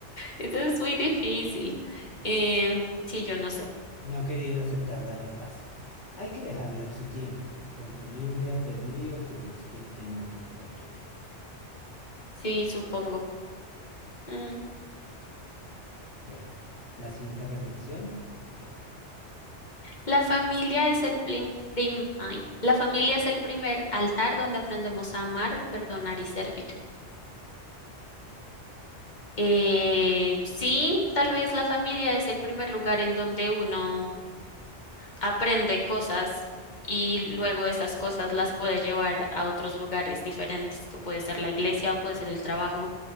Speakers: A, on the left; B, on the left.
A: Entonces es muy difícil. Eh, sí, yo no sé.
B: No ha querido aceptar dar el paso. Hay que dejarla en su tiempo, con su libre albedrío que busque el momento oportuno.
A: Sí, supongo. Mm.
B: Bueno, la siguiente reflexión, léela.
A: La familia es el plim- prim- ay. La familia es el primer altar donde aprendemos a amar, perdonar y servir. Eh, sí, tal vez la familia es el primer lugar en donde uno aprende cosas y luego esas cosas las puede llevar a otros lugares diferentes, que puede ser la iglesia o puede ser el trabajo.